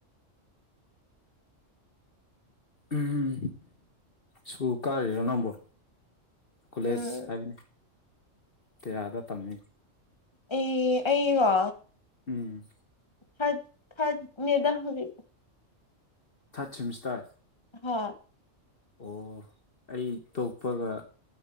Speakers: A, on the left; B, on the left.
A: ꯎꯝ ꯁ ꯀꯥꯏ ꯅꯪꯝꯕ ꯀꯂꯦꯖ
B: ꯎꯝ
A: ꯍꯥꯏꯕꯅꯦ ꯇꯌꯥꯗ ꯇꯝꯃꯤ
B: ꯑꯦ ꯑꯩꯔ
A: ꯎꯝ
B: ꯊ ꯊꯠ ꯃꯗꯥ ꯍꯧꯕꯤ
A: ꯊꯔꯠ ꯁꯤꯃꯤꯁꯇꯔ
B: ꯍꯥ
A: ꯑꯣ ꯑꯩ ꯇꯣꯛꯄꯒ